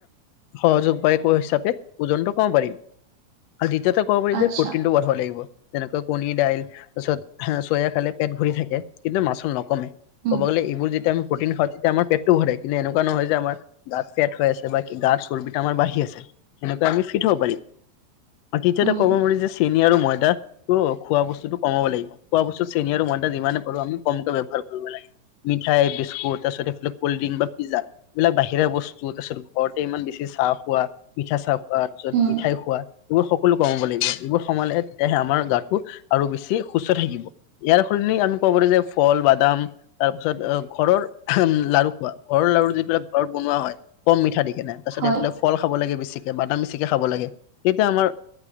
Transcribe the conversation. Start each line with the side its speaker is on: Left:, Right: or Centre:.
Left: সহজ উপায় হিচাপে ওজনটো কমাব পাৰিম। আৰু দ্বিতীয়তে ক'ব পাৰি
Right: আচ্ছা,
Left: যে পটিনটো ধৰ লাগিব। যেনেকৈ কণী দাইল, তাৰ পিছত চয়া খালে পেট ভৰি থাকে, কিন্তু মাচুল নকমে।
Right: উম,
Left: ক'ব গ'লে এইবোৰ যেতিয়া আমি প্ৰটিন খাওঁ তেতিয়া আমাৰ পেটটো ভৰে, কিন্তু এনেকুৱা নহয় আমাৰ গাত ফেট হৈ আছে বা গাত চৰ্বিতো আমাৰ বাঢ়ি আছে, সেনেকৈ আমি ফিট হব পাৰিম। তেতিয়াতো
Right: উম,
Left: ক'ব পাৰি যে চেনী আৰু ময়দা, ত' খোৱা বস্তুটো কমাব লাগিব। খোৱা বস্তু চেনি আৰু মইদা যিমানে পাৰো আমি কমকে ব্যৱহাৰ কৰিব লাগে। মিঠাই, বিস্কুত, তাৰপিছত এইফালে কল্ড্ৰিংক বা পিজ্জা। এইবিলাক বাহিৰা বস্তু। তাৰপিছত ঘৰতে ইমান বেছি চাহ খোৱা, মিঠা চাহ খোৱা, তাৰপিছত
Right: উম,
Left: মিঠাই খোৱা। এইবোৰ সকলো কমাব লাগিব। এইবোৰ কমালে তেতিয়াহে আমাৰ গাটো আৰু বেছি সুস্থ থাকিব। ইয়াৰ সলনি আমি ক'ব পাৰো যে ফল বা দাম তাৰ পিছত ঘৰৰ উম লাৰু খোৱা, ঘৰৰ লাৰু যিবিলাক ঘৰত বনোৱা হয়, কম মিঠা দি কেনে। তাৰপিছত
Right: হয়,
Left: এইফালে ফল খাব লাগে বেছিকে, বাদাম বেছিকে খাব লাগে, তেতিয়া আমাৰ